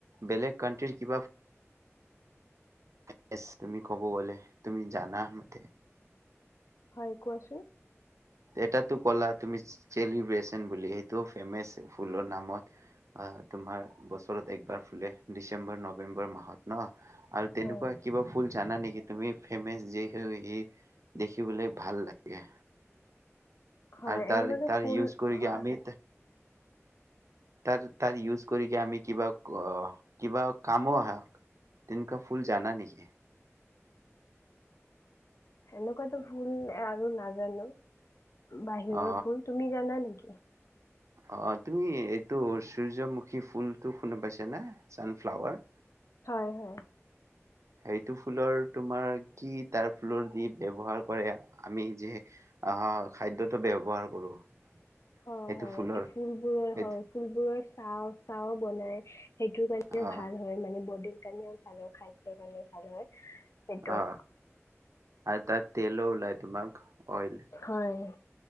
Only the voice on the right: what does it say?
বেলেগ কানট্ৰিৰ কিবা <unintelligible> তুমি ক'ব গ'লে তুমি জানা মতে
এটাতো ক'লা তুমি চেলিব্ৰেচন বুলি সেইটো ফেমাচ ফুলৰ নামত অ তোমাৰ বছৰত একবাৰ ফুলে ডিচেম্বৰ নৱেম্বৰ মাহত ন। আৰু তেনেকুৱা
কিবা ফুল জানা নেকি তুমি ফেমাচ যিহু সি দেখিবলৈ ভাল লাগে।
আৰু তাৰ
তাৰ
ইউজ কৰি
কি আমি তাৰ তাৰ ইউজ কৰি কে আমি কিবা, অ কিবা কামো আহা তেনেকুৱা ফুল জানা নেকি?
অ
অ তুমি এইটো সূৰ্যমুখী ফুলটো শুনা পাইছা নে, চানফ্লাৱাৰ
সেইটো ফুলৰ তোমাৰ কি তাৰ ফুলৰ দি ব্যৱহাৰ কৰে আমি যে আহ খাদ্যটো ব্যৱহাৰ কৰো।
সেইটো
ফুলৰ
সেইটো
অ
অ আৰু তাত তেলো ওলাই তোমাক অইল